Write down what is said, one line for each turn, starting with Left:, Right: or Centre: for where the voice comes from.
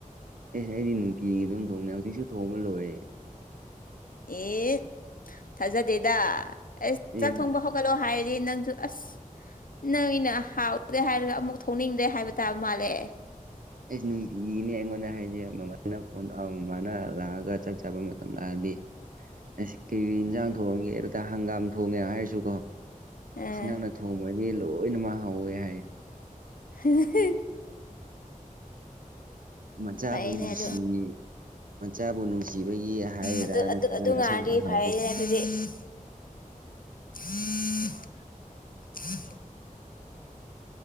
Right: ꯑꯦꯁ ꯑꯩꯗꯤ ꯅꯨꯡꯇꯤꯒꯤ ꯑꯗꯨꯝ ꯊꯣꯡꯅꯦ ꯍꯧꯖꯤꯛꯁꯨ ꯊꯣꯡꯕ ꯂꯣꯏꯔꯦ
Left: ꯑꯦ ꯊꯥꯖꯗꯦꯗ ꯑꯦꯁ
Right: ꯑꯦ
Left: ꯆꯥꯛ ꯊꯣꯡꯕ ꯍꯧ ꯒꯠꯂꯣ ꯍꯥꯏꯔꯗꯤꯦ ꯅꯪꯁꯨ ꯑꯁ ꯅꯪ ꯑꯩꯅ ꯍꯥꯎꯔꯗꯦ ꯍꯥꯏꯔꯒ ꯑꯃꯨꯛ ꯊꯧꯅꯤꯡꯗ꯭ꯔꯦ ꯍꯥꯏꯕ ꯇꯥꯕ ꯃꯥꯜꯂꯦ
Right: ꯑꯩꯁ ꯅꯨꯡꯇꯤꯒꯤꯅꯦ ꯑꯩꯉꯣꯟꯗ ꯍꯥꯏꯁꯦ ꯃꯃꯥꯅ ꯐꯣꯟ ꯃꯃꯥꯅ ꯂꯥꯛꯑꯒ ꯆꯥꯛ ꯆꯥꯕ ꯃꯇꯝ ꯂꯥꯛꯑꯗꯤ ꯑꯁ ꯀꯩꯀ ꯏꯟꯖꯥꯡ ꯊꯣꯡꯉꯝꯒꯦ ꯑꯗꯨꯗ ꯍꯪꯒꯥꯝ ꯊꯣꯡꯉꯦ ꯍꯥꯏꯔꯁꯨ ꯀꯣ
Left: ꯑ
Right: ꯏ ꯅꯛꯅ ꯊꯣꯡꯕꯗꯤ ꯂꯣꯏꯅꯃꯛ ꯍꯧꯥꯎꯋꯦ ꯍꯥꯏ
Left: ꯍꯤ ꯍꯤ
Right: ꯃꯆꯥꯕꯨ
Left: ꯐꯩꯅꯦ
Right: ꯅꯨꯡꯁꯤ
Left: ꯑꯗꯨ
Right: ꯃꯆꯥꯕꯨ ꯅꯨꯡꯁꯤꯕꯒꯤ ꯍꯥꯏꯔꯥ
Left: ꯑꯗꯨ
Right: ꯅꯠꯇ꯭ꯔꯒꯅ
Left: ꯑꯗꯨ ꯑꯗꯨ ꯉꯥꯏꯔꯗꯤ
Right: ꯑꯁꯦꯡꯕ ꯍꯥꯎꯕꯒꯤ
Left: <inaudible>